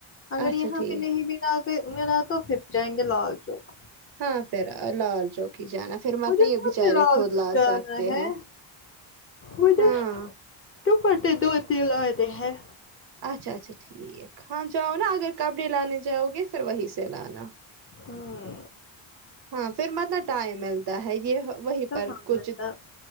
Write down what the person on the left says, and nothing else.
اگر
یہاں
پے نہیں بھی آگر ملا تو پھر جائیں گے لال چوک
مجھے
کون
لال
چوک
جانا
ہے
مجھے
دوپٹے دو دلانے ہیں
ہوں،
کہاں
ملتا